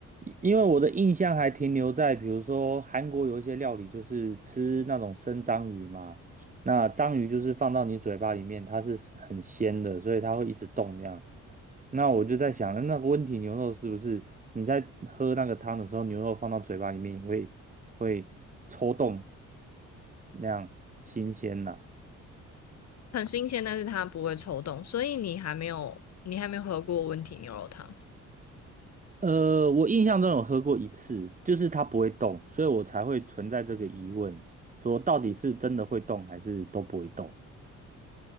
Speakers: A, on the right (about 25°); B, on the left (about 60°).
A: 因为我的印象还停留在，比如说韩国有一些料理就是吃那种生章鱼嘛，那章鱼就是放到你嘴巴里面，它是很鲜的，所以它会一直动那样。那我就在想，那个温体牛肉是不是你在喝那个汤的时候，牛肉放到嘴巴里面也会会抽动那样新鲜呐、
B: 很新鲜，但是它不会抽动，所以你还没有你还没有喝过温体牛肉汤。
A: 呃，我印象中有喝过一次，就是它不会动，所以我才会存在这个疑问，说到底是真的会动还是都不会动。